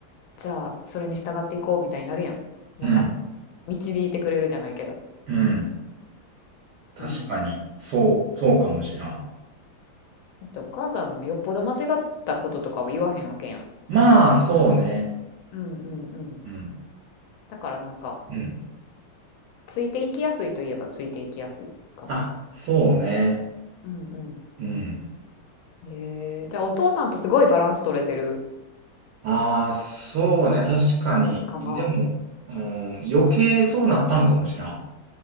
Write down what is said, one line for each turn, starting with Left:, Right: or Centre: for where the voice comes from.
Left: じゃあそれに従っていこうみたいになるやん。なんか、
Right: うん、
Left: 導いてくれるじゃないけど。
Right: うん、確かに、
Left: うん。
Right: そう、そうかもしらん。
Left: だってお母さんもよっぽど間違ったこととかを言わへんわけやん。
Right: まあ、そうね。
Left: うんうんうん。
Right: うん、
Left: だからなんか、
Right: うん、
Left: ついていきやすいといえばついていきやすいかもね。
Right: あ、そうね。
Left: うんう
Right: うん。
Left: ん。へえ、じゃあお父さんとすごいバランス取れてる
Right: ああ、そうね、確かに。
Left: かな。
Right: でも、うん、余計そうなったんかもしらん。